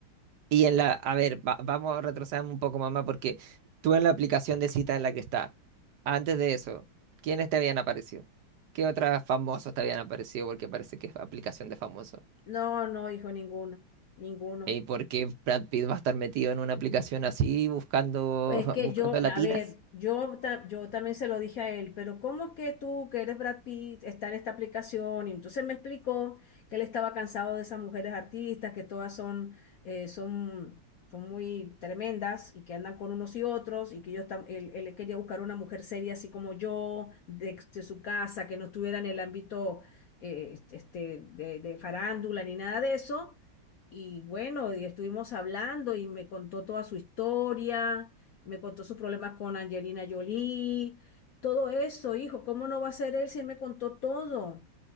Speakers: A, on the right (about 70°); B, on the left (about 65°).
A: Y en la, a ver, va- vamos a retroceder un poco, mamá, porque tú en la aplicación de cita en la que está, antes de eso, ¿quiénes te habían aparecido? ¿Qué otros famosos te habían aparecido? Porque parece que es aplicación de famosos.
B: No, no, hijo, ninguno, ninguno.
A: ¿Y por qué Brad Pitt va a estar metido en una aplicación así buscando,
B: Es
A: <laughs>
B: que
A: buscando
B: yo,
A: latinas?
B: a ver, yo, ta- yo también se lo dije a él, pero ¿cómo es que tú, que eres Brad Pitt, está en esta aplicación? Y entonces me explicó que él estaba cansado de esas mujeres artistas, que todas son, eh, son, son muy tremendas y que andan con unos y otros, y que yo tam- él, él quería buscar una mujer seria así como yo, de, de su casa, que no estuviera en el ámbito eh, este, de de farándula ni nada de eso. Y bueno, y estuvimos hablando y me contó toda su historia me contó sus problemas con Angelina Jolie, todo eso, hijo. ¿Cómo no va a ser él si él me contó todo?